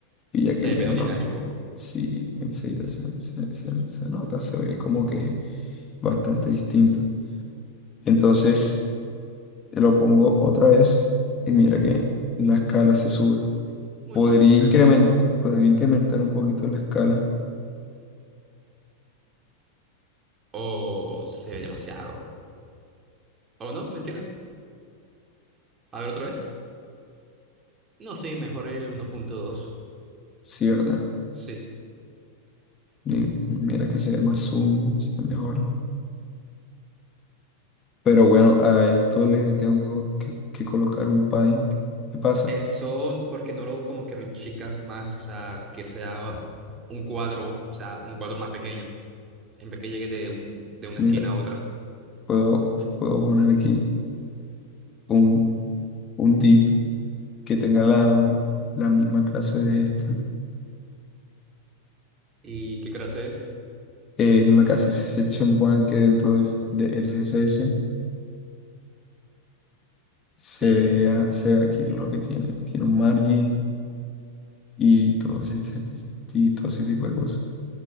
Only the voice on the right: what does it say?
Se
ve
menos
dinámico.
Muchísimo
mejor.
O se ve demasiado. O no, mentira. A ver otra vez. No, sí, mejor el 1.2.
Sí.
Eso porque no lo como que en chicas más, o sea, que sea un cuadro, o sea, un cuadro más pequeño, en vez que llegue de un, de una
esquina a otra.
¿Y qué clase es?
Ah, ok.
Sí.